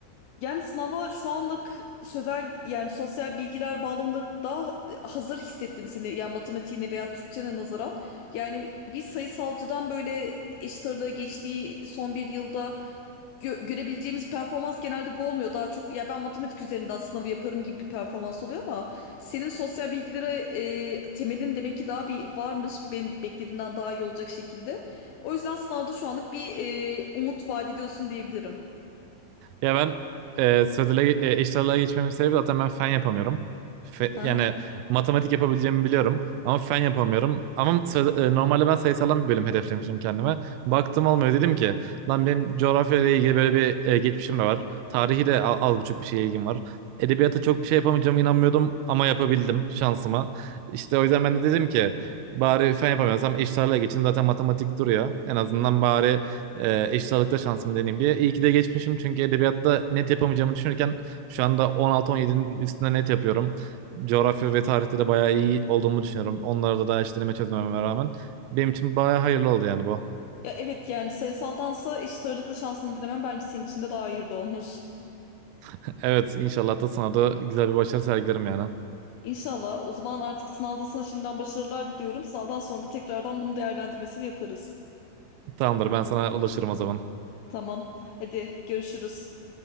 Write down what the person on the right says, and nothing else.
Ya ben e, sözele e, eşit ağırlığa geçmemin sebebi zaten ben fen yapamıyorum. Fe-
yani matematik yapabileceğimi biliyorum ama fen yapamıyorum. Ama söz, e, normalde ben sayısaldan bir bölüm hedeflemiştim kendime. Baktım olmuyor dedim ki lan benim coğrafya ile ilgili böyle bir e, geçmişim de var. Tarihi de al, az buçuk bir şeye ilgim var. Edebiyata çok bir şey yapamayacağımı inanmıyordum ama yapabildim şansıma. İşte o yüzden ben de dedim ki bari fen yapamıyorsam eşit ağırlığa geçeyim zaten matematik duruyor. En azından bari e, eşit ağırlıkta şansımı deneyeyim diye. İyi ki de geçmişim çünkü edebiyatta net yapamayacağımı düşünürken şu anda 16-17'nin üstünde net yapıyorum. Coğrafya ve tarihte de bayağı iyi olduğumu düşünüyorum. Onlarda da hiç deneme çözmememe rağmen. Benim için bayağı hayırlı oldu yani bu.
<laughs> Evet inşallah da sana da güzel bir başarı sergilerim yani.
Tamamdır ben sana ulaşırım o zaman.